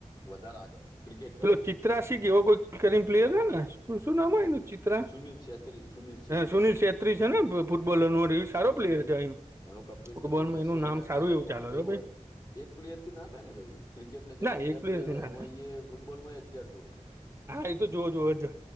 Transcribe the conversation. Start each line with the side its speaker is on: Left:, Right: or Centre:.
Left: વધારે આગળ. ક્રિકેટ
Right: પેલો
Left: કરતી
Right: ચિત્રાશી કે એવો કોઈ કરીમ પ્લેયર <unintelligible> શું નામ હોય એનું
Left: સુનિલ છેત્રી સુનિલ છેત્રી
Right: સુનિલ છેત્રી છે ને ફૂટબોલર એ સારો પ્લેયર છે
Left: એનું
Right: ફૂટબોલમાં
Left: <unintelligible> મેસી
Right: એનું
Left: અંગાત
Right: નામ સારું
Left: થાય
Right: એવું
Left: <unintelligible>
Right: ચાલે છે
Left: હોય.
Right: ભાઈ
Left: એક પ્લેયરથી ના થાય ને ભાઈ ક્રિકેટને જેમ
Right: ના
Left: અગિયાર
Right: એક
Left: પ્લેયર
Right: છે
Left: હોય
Right: ના
Left: એમાં ફૂટબોલમાં અગિયાર જો હોય.
Right: હા એ તો જુઓ જુઓ જ